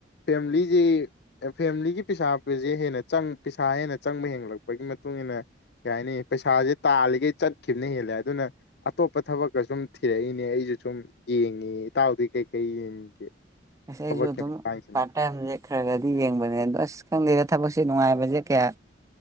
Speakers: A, on the left (about 55°); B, on the right (about 15°).
A: ꯐꯦꯃꯤꯂꯤ ꯐꯦꯃꯤꯂꯤꯒꯤ ꯄꯩꯁꯥ ꯄꯁꯦ ꯍꯦꯟꯅ ꯆꯪ ꯄꯩꯁꯥ ꯍꯦꯟꯅ ꯆꯪꯕ ꯍꯦꯟꯒꯠꯂꯛꯄꯒꯤ ꯃꯇꯨꯡ ꯏꯟꯅ ꯀꯩ ꯍꯥꯏꯅꯤ ꯄꯩꯁꯥꯁꯦ ꯇꯥꯜꯂꯤꯈꯩ ꯆꯠꯈꯤꯕꯅ ꯍꯦꯜꯂꯦ ꯑꯗꯨꯅ ꯑꯇꯣꯞꯄ ꯊꯕꯛꯀ ꯁꯨꯝ ꯊꯤꯔꯛꯏꯅꯦ ꯑꯩꯁꯨ ꯁꯨꯝ ꯌꯦꯡꯉꯤ ꯏꯇꯥꯎꯗꯤ ꯀꯩꯀꯩ ꯌꯦꯡꯉꯤꯒꯦ
B: ꯉꯁ
A: ꯊꯕꯛꯀꯤ
B: ꯑꯩꯁꯨ ꯑꯗꯨꯝ
A: ꯃꯇꯥꯡꯁꯤꯅ
B: ꯄꯥꯔꯠ ꯇꯥꯏꯝꯁꯦ ꯈꯔꯒꯗꯤ ꯌꯦꯡꯕꯅꯦ ꯑꯗꯣ ꯑꯁ ꯈꯪꯗꯦ ꯊꯕꯛꯁꯦ ꯅꯨꯡꯉꯥꯏꯕꯁꯦ ꯀꯌꯥ